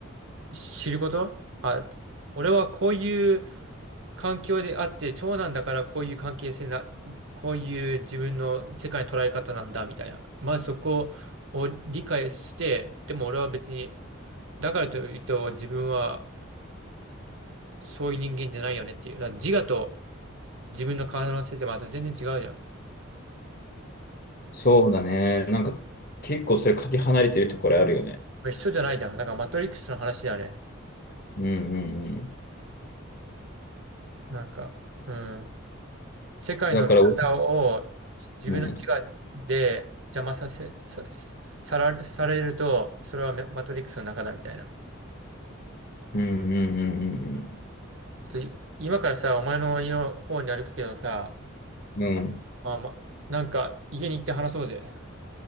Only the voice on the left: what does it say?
そうだね。なんか、結構それ、かけ離れてるところあるよね。
うん、うん、うん。
だから、俺うん、うん、
うん、うん、
うん。うん、